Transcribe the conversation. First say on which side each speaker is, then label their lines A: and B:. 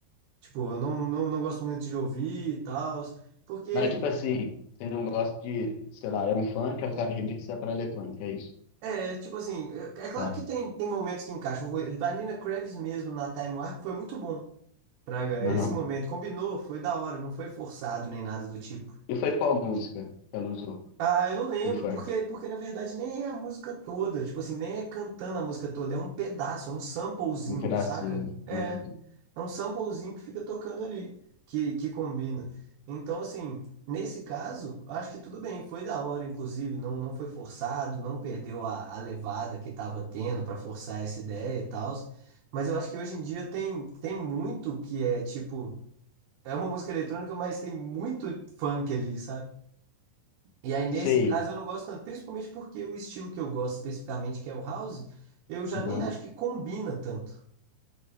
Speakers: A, on the right; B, on the left.
A: Tipo, eu não, não, não gosto muito de ouvir e tal, porque,
B: Mas, tipo assim, você não gosta de, sei lá, é um funk, aí o cara remixa pra eletrônica, é isso.
A: é, tipo assim, é, é claro
B: Tá.
A: que tem, tem momentos que encaixam. O da Nina Kravis mesmo na Time Warp foi muito bom. Praga,
B: Aham.
A: esse momento combinou, foi da hora, não foi forçado nem nada do tipo.
B: E foi qual música que ela usou?
A: Ah, eu não lembro,
B: E foi?
A: porque, porque na verdade nem é a música toda, tipo assim, nem é cantando a música toda, é um pedaço, é um samplezinho,
B: Um pedacinho.
A: saca? é
B: Uhum.
A: É um samplezinho que fica tocando ali, que, que combina. Então, assim, nesse caso, acho que tudo bem, foi da hora, inclusive, não, não foi forçado, não perdeu a, a levada que estava tendo para forçar essa ideia e tal. Mas eu acho que hoje em dia tem, tem muito que é tipo, é uma música eletrônica, mas tem muito funk ali, sabe? E aí, nesse
B: Sei.
A: caso, eu não gosto tanto, principalmente porque o estilo que eu gosto especificamente, que é o house, eu já
B: Aham.
A: nem acho que combina tanto.